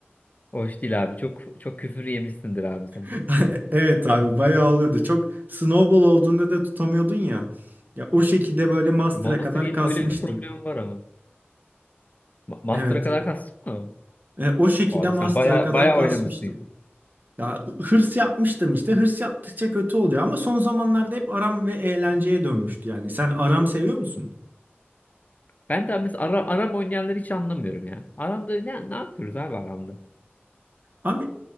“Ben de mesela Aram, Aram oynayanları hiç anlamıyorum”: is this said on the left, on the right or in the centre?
Left